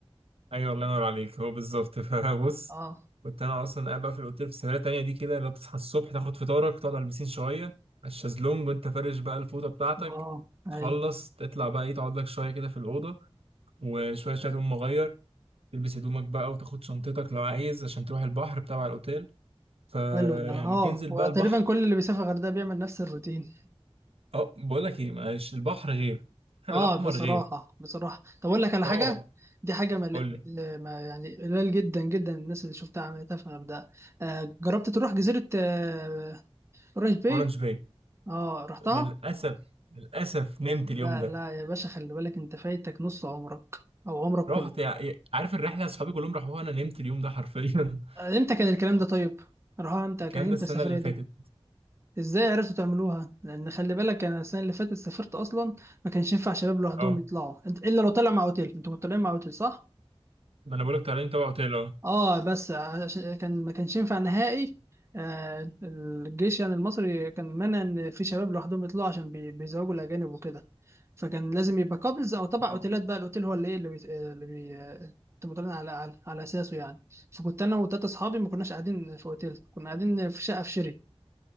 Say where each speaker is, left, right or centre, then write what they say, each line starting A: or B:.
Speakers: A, on the right; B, on the right.
A: ايوه الله ينور عليك هو بالظبط <laughs> فبص
B: اه
A: كنت انا اصلا قاعد بقى في الاوتيل في سفريه تانيه دي كده اللي هو بتصحى الصبح تاخد فطارك تقعد على البسين شويه على الشازلونج وانت فارش بقى الفوطه بتاعتك
B: اه اي
A: تخلص تطلع بقى ايه تقعد لك شويه كده في الاوضه وشويه شويه تقوم مغير تلبس هدومك بقى وتاخد شنطتك لو عايز عشان تروح البحر بتاع الاوتيل فيعني
B: حلو ده اه
A: تنزل
B: وتقريبا
A: بقى البحر
B: كل اللي بيسافر الغردقه بيعمل نفس الروتين
A: اه بقول لك ايه معلش البحر غير <laughs> البحر
B: اه
A: الاحمر
B: بصراحة
A: غير
B: بصراحة طب اقول لك على
A: اه
B: حاجة دي حاجة مل...
A: قول لي
B: ما يعني قليل جدا جدا الناس اللي شفتها عملتها في الغردقة آه جربت تروح جزيرة آه قريش باي
A: اورنج باي
B: اه رحتها
A: للاسف للاسف نمت
B: لا
A: اليوم ده
B: لا يا باشا خلي بالك انت فايتك نص عمرك او عمرك
A: رحت
B: كله
A: يع- يع- عارف الرحله اصحابي كلهم راحوها انا نمت اليوم ده حرفيا
B: آه امتى كان الكلام
A: <laughs>
B: ده طيب راها امتى
A: الكلام
B: كان امتى
A: ده السنه
B: السفرية
A: اللي
B: دي
A: فاتت
B: ازاي عرفتوا تعملوها لان خلي بالك انا السنة اللي فاتت سافرت اصلا ما كانش ينفع شباب لوحدهم
A: اه
B: يطلعوا إنت- الا لو طلع مع اوتيل انتوا كنتوا طالعين مع اوتيل صح
A: ما انا بقولك طالعين تبع اوتيل اه
B: اه بس عشان كان ما كانش ينفع نهائي آه الجيش يعني المصري كان منع ان في شباب لوحدهم يطلعوا عشان بي- بيزوجوا الاجانب وكده فكان لازم يبقى قابلز او تبع اوتيلات
A: آه.
B: بقى الاوتيل هو اللي ايه اللي بي اللي بي آه، تبقى طالعين على على على اساسه يعني فكنت انا وتلاته اصحابي ما كناش قاعدين في اوتيل كنا قاعدين في شقه في شيري